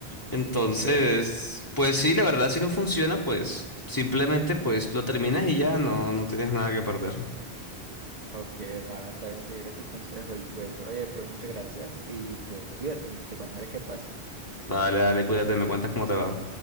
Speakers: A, on the left; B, on the right.
A: Entonces,
B: okay,
A: pues sí, la verdad, si no funciona, pues simplemente pues lo terminas y ya no, no tienes nada que perder.
B: okay, hermano, está bien, seguiré tu consejo y pues, oye, pues muchas gracias y pues cuídate, te contaré qué pasa.
A: Dale, dale, cuídate, me cuentas cómo te va.